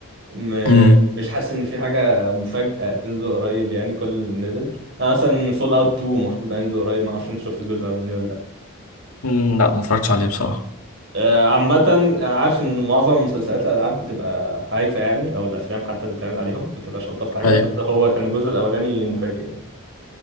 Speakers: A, on the right; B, on the left.
A: م-
B: مم.
A: مش حاسس إن في حاجة مفاجأة تنزل قريب يعني كل اللي نزل أنا مثلا فول أوت 2 المفروض هينزل قريب معرفش أنت شفت الجزء الأولاني ولا لأ
B: مم، لا ما اتفرجتش عليه بصراحه
A: آه، عامة أنا عارف إن معظم مسلسلات الألعاب بتبقى هايفة يعني أو الأفلام حتى اللي بتعمل عليهم ما بتبقاش ألطف حاجة
B: ايوه
A: بس هو كان الجزء الأولاني مفاجئ يعني